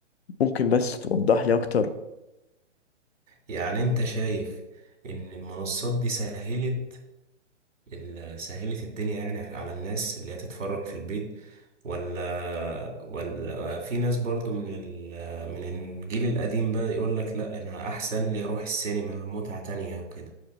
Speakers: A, on the left; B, on the right.
A: ممكن بس توضح لي اكتر
B: يعني انت شايف ان المنصات دي سهلت ال- سهلت الدنيا يعني على الناس اللي هي تتفرج في البيت ولا ولا في ناس برضو من ال- من الجيل القديم بقى يقول لك لا انا احسن لي اروح السينما متعة تانية وكده